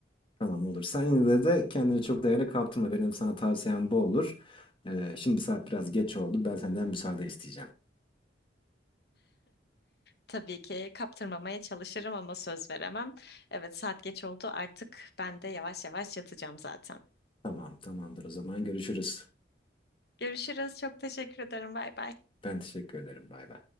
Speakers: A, on the left (about 30°); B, on the left (about 60°).
A: Tamam olur. Sen yine de, de kendini çok değerli kaptırma. Benim sana tavsiyem bu olur. E, şimdi saat biraz geç oldu. Ben senden müsaade isteyeceğim.
B: Tabii ki kaptırmamaya çalışırım ama söz veremem. Evet saat geç oldu artık ben de yavaş yavaş yatacağım zaten.
A: Tamam, tamamdır o zaman görüşürüz.
B: Görüşürüz. Çok teşekkür ederim. Bay bay.
A: Ben teşekkür ederim. Bay bay.